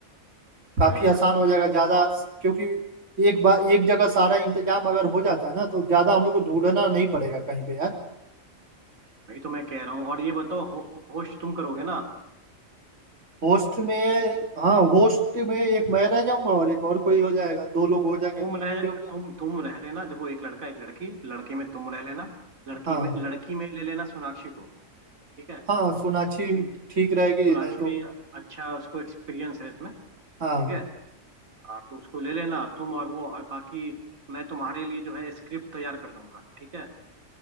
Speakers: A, on the right; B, on the right.
A: काफी
B: हम्म हम्म,
A: आसान
B: हम्म।
A: हो जाएगा ज्यादा क्योंकि एक बार एक जगह सारा इंतजाम अगर हो जाता है ना तो ज्यादा हम लोग को ढूंढना नहीं पड़ेगा कहीं पे यार
B: वही तो मैं कह रहा हूँ और ये बताओ हो, होस्ट तुम करोगे ना
A: होस्ट में हाँ होस्ट में एक मैं रह जाऊंगा और एक और कोई हो जाएगा दो लोग हो जाएंगे
B: तुम
A: क्योंकि
B: रह तुम तुम रह लेना देखो एक लड़का एक लड़की लड़के में तुम रह लेना लड़की
A: हाँ
B: में लड़की में ले लेना सोनाक्षी को ठीक है
A: हाँ सोनाक्षी
B: सो-
A: ठीक रहेगी
B: सोनाक्षी
A: नहीं तो
B: भी अच्छा उसको एक्सपीरियंस है इसमें ठीक
A: हाँ
B: है हाँ तो उसको ले लेना तुम और वो और बाकी मैं तुम्हारे लिए जो है स्क्रिप्ट तैयार कर दूंगा ठीक है